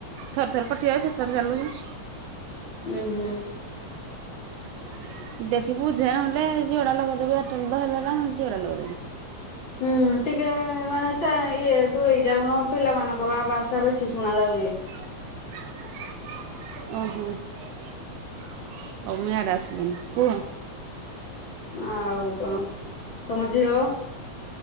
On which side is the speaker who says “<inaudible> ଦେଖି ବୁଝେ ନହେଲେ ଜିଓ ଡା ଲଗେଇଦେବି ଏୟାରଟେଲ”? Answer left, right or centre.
Right